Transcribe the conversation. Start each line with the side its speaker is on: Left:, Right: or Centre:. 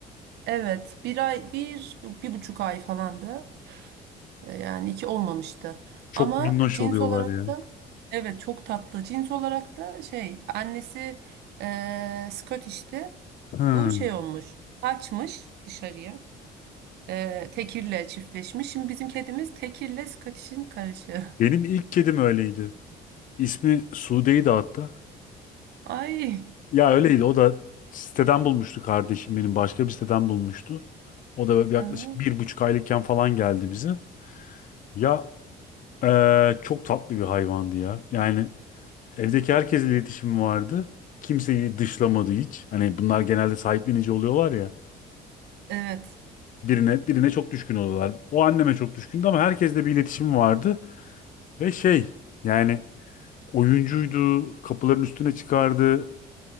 Right: Evet bir ay bir, bir buçuk ay falandı. E, Yani iki olmamıştı.
Left: Çok
Right: Ama
Left: minnoş
Right: cins
Left: oluyorlar
Right: olarak
Left: ya.
Right: da evet çok tatlı. Cins olarak da şey annesi e, Scottish'ti.
Left: Hmm.
Right: Bu şey olmuş. Kaçmış dışarıya. E, tekirle çiftleşmiş. Şimdi bizim kedimiz tekirle Scottish'in karışı.
Left: Benim ilk kedim öyleydi. İsmi Sude'ydi hatta.
Right: <laughs> Ay.
Left: Ya öyleydi. O da siteden bulmuştu kardeşim benim. Başka bir siteden bulmuştu. O da yaklaşık
Right: Aha.
Left: bir buçuk aylıkken falan geldi bize. Ya eee, çok tatlı bir hayvandı ya. Yani evdeki herkesle iletişim vardı. Kimseyi dışlamadı hiç. Hani bunlar genelde sahiplenici oluyorlar ya.
Right: Evet.
Left: Birine birine çok düşkün oldular. O anneme çok düşkündü ama herkesle bir iletişim vardı ve şey yani oyuncuydu, kapıların üstüne çıkardı.